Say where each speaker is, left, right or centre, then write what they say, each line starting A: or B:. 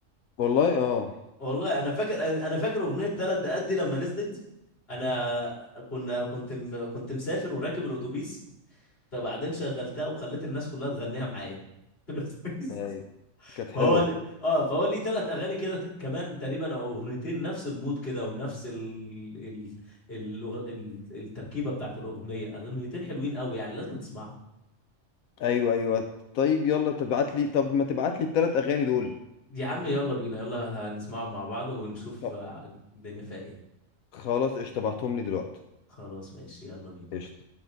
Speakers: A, on the left (about 85°); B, on the left (about 45°).
A: والله اه
B: والله انا فاكر انا فاكر اغنيه ثلاث دقات دي لما نزلت انا كنا كنت م... كنت مسافر وراكب الاتوبيس فبعدين شغلتها وخليت الناس كلها تغنيها معايا في الاتوبيس
A: أي، كانت حلوة
B: فهو ل... اه فهو ليه ثلاث اغاني كده ت- كمان تقريبا او اغنيتين نفس المود كده ونفس ال... ال... ال... ال... التركيبه بتاعت الاغنيه اغنيتين حلوين قوي يعني لازم تسمعهم
A: أيوه أيوه طيب يلا تبعت لي طب ما تبعت لي التلات أغاني دول
B: يا عم يلا بينا يلا هنسمعهم مع بعض ونشوف
A: خ-
B: آه، الدنيا فيها ايه
A: خلاص قشطة تبعتهم لي دلوقتي
B: خلاص ماشي يلا بينا
A: قشطة